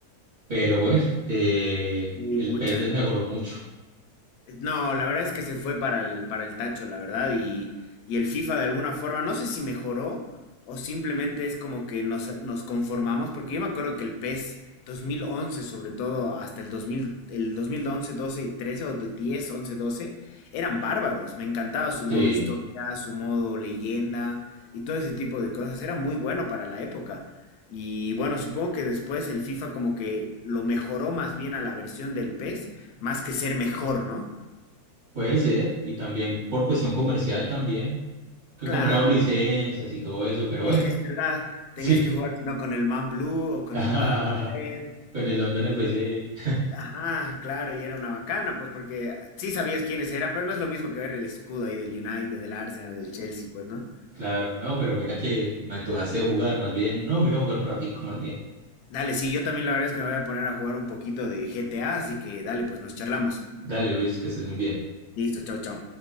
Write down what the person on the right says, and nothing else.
pero bueno, eh,
el
pez desmejoró mucho.
Sí,
puede ser. Y también por cuestión comercial también, que
comprado licencias y todo eso, pero
eh,
sí.
<laughs>
Con el London FC,
claro, no, pero mira que me antojaste de jugar más bien. No, mira, jugar un ratico más bien.
Dale, Luis, que estés muy bien.